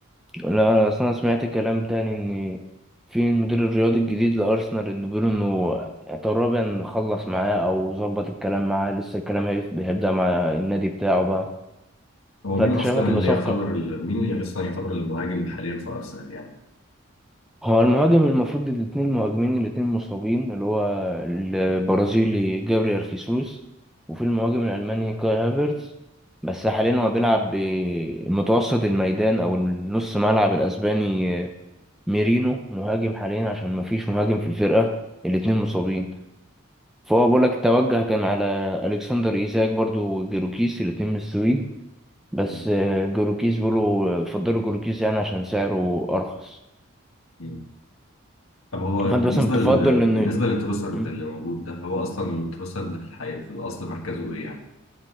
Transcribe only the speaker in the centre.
لا أنا أصلا سمعت كلام تاني إن في المدير الرياضي الجديد لأرسنال إنه بيقولوا إنه تقريبا خلص معاه أو ظبط الكلام معاه لسه الكلام هيف- هيبدأ مع النادي بتاعه بقى
فأنت
شايف هتبقى
صفقة
هو المهاجم المفروض الاثنين مهاجمين الاثنين مصابين اللي هو البرازيلي جابريال خيسوس وفي المهاجم الألماني كاي هافرتز بس حاليا هو بيلعب بمتوسط الميدان أو النص ملعب الأسباني آه، ميرينو مهاجم حاليا عشان مفيش مهاجم في الفرقة الاتنين مصابين فهو بقولك التوجه كان على ألكسندر إيزاك برضو وجيروكيس الاتنين من السويد بس
آه، جيروكيس بيقولوا فضلوا جيروكيس يعني عشان سعره أرخص
فأنت مثلا تفضل
إن
مم.